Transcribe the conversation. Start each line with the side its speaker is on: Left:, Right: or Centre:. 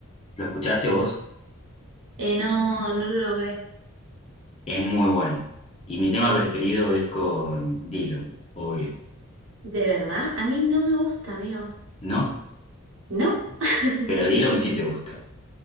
Left: ¿Lo escuchaste vos?
Right: Eh, no, no lo logré.
Left: Es muy bueno. Y mi tema preferido es con Dillom, obvio,
Right: De verdad, a mí no me gusta, amigo.
Left: ¿no?
Right: No. <laughs>
Left: Pero Dillom sí te gusta.